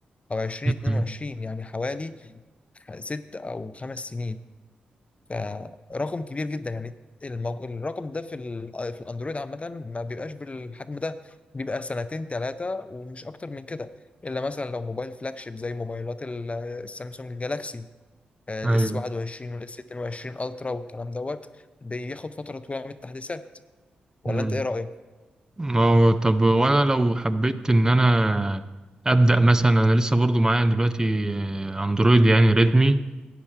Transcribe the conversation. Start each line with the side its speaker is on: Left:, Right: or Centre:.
Left: او 2022
Right: مم.
Left: يعني حوالي ست او خمس سنين فرقم كبير جدا يعني المو... الرقم ده في ال... في الاندرويد عامة ما بيبقاش بالحجم ده بيبقى سنتين ثلاثة ومش أكتر من كده إلا مثلا لو موبايل فلاجشيب زي موبايلات ال- السامسونج جالاكسي الاس
Right: ايوه
Left: 21 والاس 22 الترا والكلام دوت بياخد فترة طويلة من التحديثات ولا
Right: مم.
Left: أنت إيه رأيك؟
Right: أو طب وانا لو حبيت ان انا ابدا مثلا انا لسه برضه معايا دلوقتي آه، اندرويد يعني ريدمي